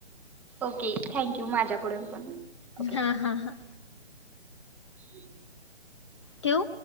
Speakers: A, in the centre; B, on the left.
A: ओके थँक यू माझ्याकडून पण. ओके.
B: हां हां हां
A: <inaudible>
B: ठेवू.